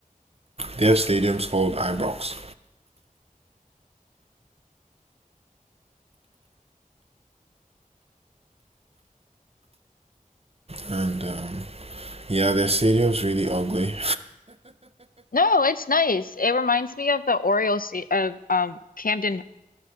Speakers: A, on the right; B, on the left.
A: Their stadium's called Ibrox, and um, yeah, their stadium's really ugly.
B: No, it's nice. It reminds me of the Orioles sta- of um Camden